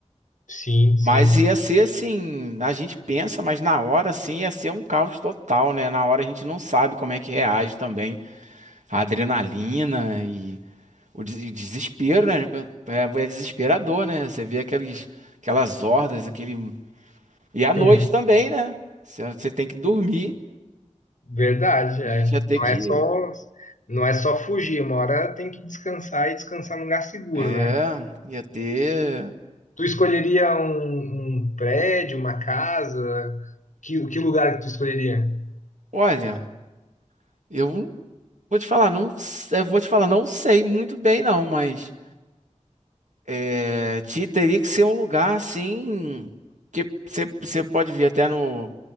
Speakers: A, on the left; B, on the right.
A: sim,
B: Mas
A: sim.
B: ia ser assim, a gente pensa, mas na hora assim ia ser um caos total, né? Na hora a gente não sabe como é que reage também a adrenalina e o des- e desespero, né? É, é desesperador, né? Você vê aqueles, aquelas hordas, aquele e à noite
A: <laughs>
B: também, né? Você você tem que dormir.
A: Verdade,
B: A
A: é.
B: gente ia ter
A: Não
B: que
A: é só, não é só fugir, uma hora tem que descansar e descansar num lugar seguro,
B: é,
A: né?
B: ia ter.
A: Tu escolheria um, um prédio, uma casa? Que, que lugar que tu escolheria?
B: Olha, eu Vou te falar, não, s- eh, vou te falar, não sei muito bem não, mas eh, te- teria que ser um lugar assim que você pode ver até no,